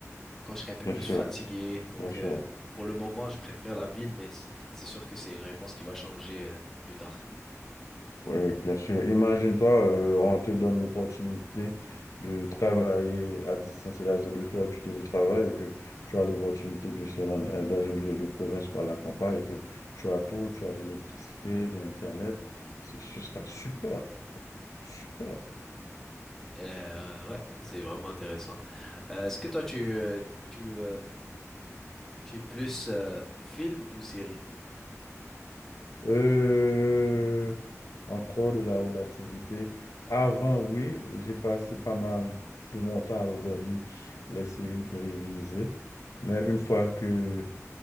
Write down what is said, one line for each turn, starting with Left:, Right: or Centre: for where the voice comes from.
Centre: quand je serai un peu
Left: Bien
Centre: plus
Left: sûr,
Centre: fatigué. Donc,
Left: bien sûr.
Centre: euh, pour le moment, je préfère la ville, mais c- c'est sûr que c'est une réponse qui va changer euh, plus tard.
Left: Oui, bien sûr. Imagine-toi, euh, on te donne l'opportunité de travailler à distance, c'est-à-dire de faire du télétravail et que tu as l'opportunité de se rendre euh, dans une ville de province par la campagne et que tu as tout, tu as de l'électricité, de l'Internet. Ce ce sera super, super.
Centre: Euh, ouais, c'est vraiment intéressant. Euh, est-ce que toi, tu, euh, tu, euh, tu es plus euh, film ou série?
Left: Euh, encore de la relativité. Avant, oui, j'ai passé pas mal de mon temps à regarder les séries télévisées, mais une fois que